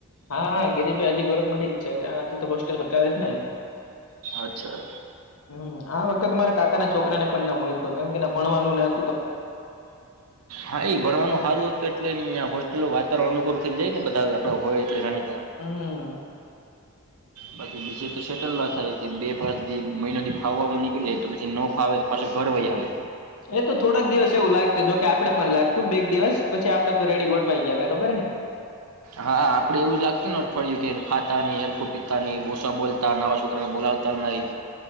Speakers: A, on the left; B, on the right.
A: હાા ગિરીભાઈ હજી ગોરખમઢી જ છે ત્યાં હજી તો હોસ્ટેલ હક જ ને?
B: અચ્છા
A: હમ આ વખતે તમારા કાકા ના છોકરાને પણ ના મમ કે ના ભણવાનું ના
B: હા એ ભણવાનું સારું હતું એટલે ન હોસ્ટેલો વાત ત અનકૂળ થઈ જાય ને બધા આપણે હોય એ--ટ જાણી
A: હા
B: પછી બીજ તો સેટલ ના થાય કે બે પાચ મહિનોથી ફાવવામાં નીકળી જાય તો પછી ન ફાવે તો પાછ ઘરવય આવે
A: એ તો થોડાક દિવસ એવું લાગું જો કે આપડે પણ લાગતું બે દિવસ પછી આપડે તો રેડી ગોઠવાઈ ગયા હતા ખબર ને
B: હા આપડે એવું જ લાગતું ને અઠવાડિયું કે ખાતા હેરકો પિતાની ભોષા બોલતા નવા છોકરાને બોલાવતા નહી.